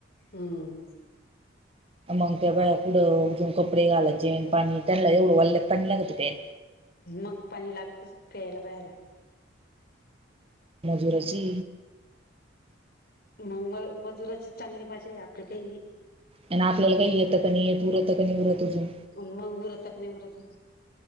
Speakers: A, on the left; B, on the right.
A: हमं
B: मग ते बा कुढं उठून कपडे घालायचे चेपाणी त्यांना एवढं वाल्यात पाणी लागत मेन.
A: मग पाणी लागतच पियला बियायला.
B: मजूराची
A: मग म मजुराची चांगली मजा आहे आपल्या काही नाही.
B: आणि आपल्याला काही येतंच नाही उरत क नाही उरत अजून
A: अ्म मग उरत का नाही उरत